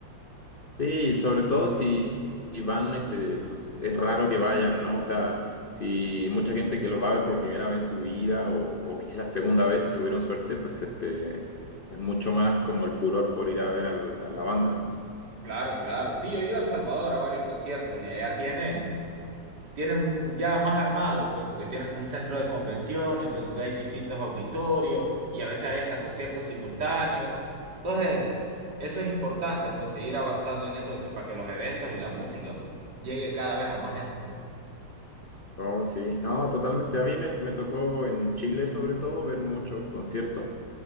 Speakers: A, on the left; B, on the right.
A: Sí, y sobre todo si si van, este, pues es raro que vayan, ¿no? O sea, si mucha gente que los va a ver por primera vez en su vida o, o quizás segunda vez si tuvieron suerte, pues este es mucho más como el furor por ir a ver al- a, la banda, ¿no?
B: Claro, claro, sí, yo he ido a El Salvador a varios conciertos y allá tienen tienen ya más armado, pues, porque tienen como un centro de convenciones donde hay distintos auditorios y a veces hay hasta conciertos simultáneos. Entonces, eso es importante, pues, seguir avanzando en eso de que, para que los eventos y la música, pues, llegue cada vez a más gente. ¿no?
A: Oh, sí, no, totalmente. A mí me, me tocó en Chile sobre todo ver muchos conciertos.